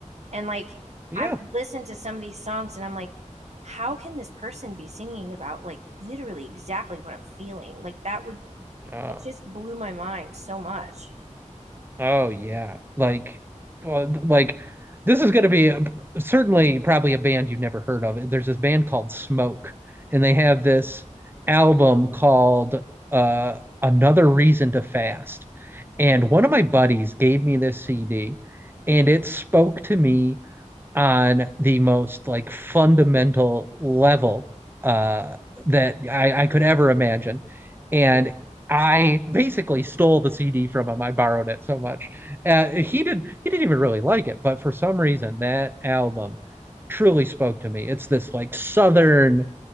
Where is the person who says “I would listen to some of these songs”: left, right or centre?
Right